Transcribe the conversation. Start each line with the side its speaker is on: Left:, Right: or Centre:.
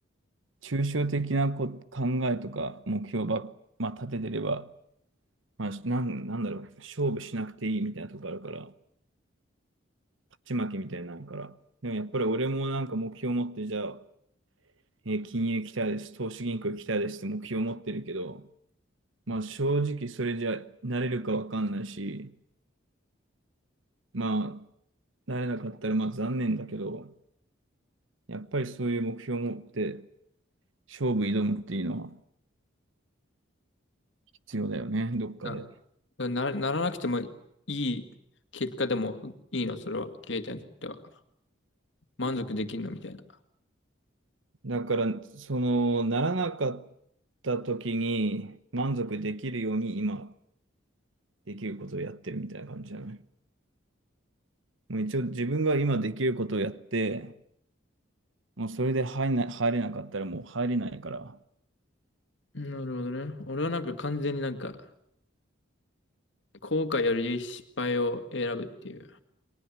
Right: 抽象的なこ考えとか目標ば、まあ、立ててれば、まあ、なん、なんだろう、勝負しなくていいみたいなとこあるから、勝ち負けみたいになるから。でもやっぱり俺もなんか目標を持って、じゃあ、えー金融行きたいです、投資銀行行きたいですって目標を持ってるけど、まあ正直それじゃなれるかわかんないし、まあ、なれなかったらまあ残念だけど、やっぱりそういう目標を持って勝負挑むっていうのは、必要だよね、どっかで。
Left: あな、ならなくてもいい結果でもいいの、それは。携帯にとっては。満足できるのみたいな。
Right: だから、その、ならなかった時に満足できるように今できることをやってるみたいな感じじゃないもう一応自分が今できることをやって、もうそれで入れな、入れなかったらもう入れないから。
Left: なるほどね。俺はなんか完全になんか、後悔より失敗を選ぶっていう